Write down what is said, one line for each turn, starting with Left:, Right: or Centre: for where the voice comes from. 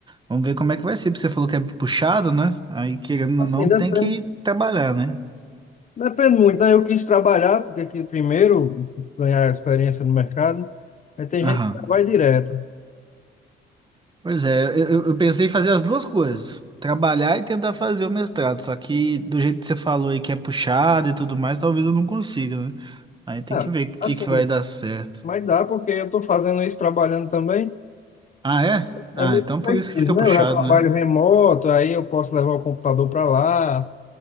Right: Vamos ver como é que vai ser, porque você falou que é puxado, né? Aí, querendo
Left: assim,
Right: ou não,
Left: depende,
Right: tem que trabalhar, né?
Left: Depende muito, né? Eu quis trabalhar, porque aqui primeiro ganhar experiência no mercado. Aí tem
Right: Aham.
Left: gente que já vai direto.
Right: Pois é, eu, eu pensei em fazer as duas coisas, trabalhar e tentar fazer o mestrado, só que do jeito que você falou aí que é puxado e tudo mais, talvez eu não consiga, né? Aí tem
Left: Ah,
Right: que ver o que
Left: assim,
Right: que vai dar certo.
Left: mas dá, porque eu estou fazendo isso trabalhando também.
Right: Ah, é? Ah,
Left: É meio
Right: então
Left: flexível,
Right: por isso que fica
Left: né?
Right: puxado,
Left: Eu já trabalho
Right: né?
Left: remoto, aí eu posso levar o computador para lá,